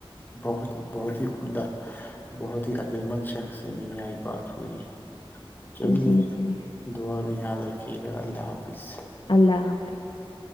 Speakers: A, on the left; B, on the left.
A: بہت ہی بہت ہی عمدہ بہت ہی اچھا <unintelligible> لمند شخ سے میری آج بات ہوئی ہے <unintelligible> چلیے
B: جی جی
A: دوبار نہیں یاد رکھ <inaudible>
B: اللہ حافظ <unintelligible>